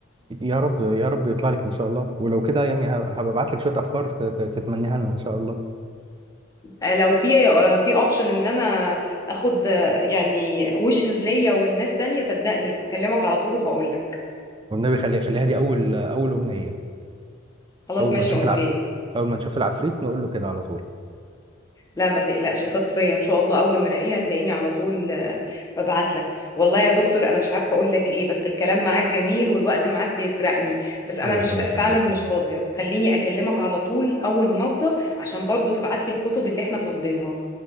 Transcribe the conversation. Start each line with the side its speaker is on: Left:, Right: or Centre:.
Right: رب يا رب يطلع لك إن شاء الله ولو كده يعني ه- هبقى أبعت لك شوية أفكار ت- ت- تتمنيها لنا إن شاء الله
Left: آه، لو في آه، في اوبشن ان انا اخد آه، يعني وشز ليا والناس تانية صدقني هكلمك على طول وهقول لك
Right: والنبي خلي خليها دي أول أول أمنية
Left: خلاص
Right: أول
Left: ماشي
Right: ما نشوف
Left: اوكي
Right: العفريت أول ما نشوف العفريت نقول له كده على طول
Left: لا ما تقلقش ثق فيا ان شاء الله اول ما الاقيها هتلاقيني على طول آه، ببعت لك والله يا دكتور انا مش عارفه اقول لك ايه بس الكلام معاك جميل والوقت معاك بيسرقني بس انا
Right: ربنا
Left: مش ف... فعلا
Right: يخليك
Left: مش فاضيه خليني اكلمك على طول اول ما افضى عشان برضو تبعت لي الكتب اللي احنا طالبينها